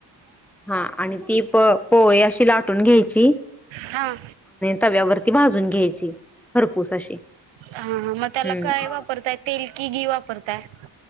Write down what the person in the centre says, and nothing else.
हा आणि ती प पोळी अशी लाटून घ्यायची.
तव्यावरती भाजून घ्यायची खरपूस अशी
हम्म